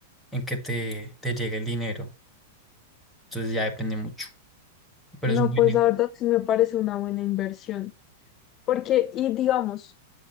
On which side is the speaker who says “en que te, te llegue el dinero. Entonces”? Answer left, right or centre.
Centre